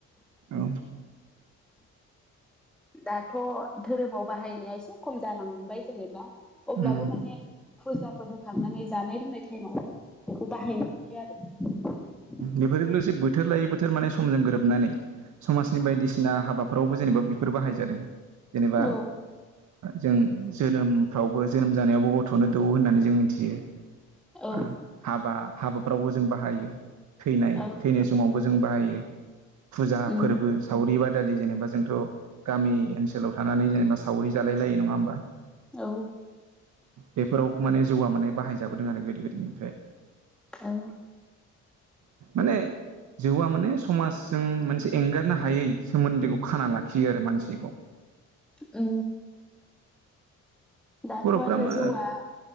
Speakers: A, on the right; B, in the centre.
A: औ
B: दाथ' धोरोमाव बाहायनाया एसे खम जालांबाय जेनेबा
A: उम
B: अब्लाबो माने फुजाफोर होखांनानै जानाय लोंनाय टाइमाव बेखौ बाहायनाय नुयो आरो
A: बेफोर लोगोसे बोथोर लायै बोथोर माने समजों गोरोबनानै समाजनि बायदिसिना हाबाफोरावबो जेनेबा बेफोर बाहायजादों जेनेबा
B: आरो
A: जों जोनोमफ्रावबो जोनोम जानायावबो गथ'नो दौवो होननानै जों मिथि मिथियो
B: औ
A: हाबाफ्रावबो जों बाहायो थैनाय
B: औ
A: थैनाय समावबो जों बाहायो। फुजा
B: उम
A: फोरबो सावरि बादि आजि खालि जेनेबा जोंथ' गामि ओनसोलाव थानानै जेनेबा सावरि जालाय लायो नङा होमबा
B: औ
A: बेफोरावबो माने जौआ माने बाहायजाबोदों आरो गोदो गोदायनिफ्राय
B: औ
A: माने जौआ माने समाजजों मोनसे एंगारनो हायै सोमोन्दोखौ खाना लाखियो आरो मानसिखौ <inaudible>
B: औ दाथ'
A: बर'फ्रा
B: आरो
A: मा
B: जौआ